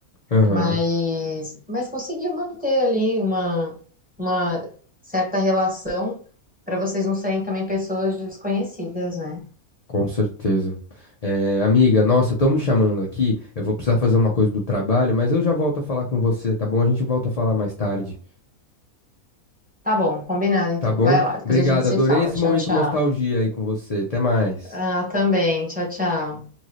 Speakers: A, on the left; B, in the centre.
A: Aham.
B: mas, mas conseguiu manter ali uma, uma certa relação para vocês não serem também pessoas desconhecidas, né?
A: Com certeza. Eh, amiga, nossa, estão me chamando aqui. Eu vou precisar fazer uma coisa do trabalho, mas eu já volto a falar com você, tá bom? A gente volta a falar mais tarde,
B: Tá bom, combinado então.
A: tá bom?
B: Vai lá, depois
A: Obrigado,
B: a gente se
A: adorei
B: fala.
A: esse
B: Tchau,
A: momento
B: tchau.
A: nostalgia aí com você. Até mais.
B: Ah, também. Tchau, tchau.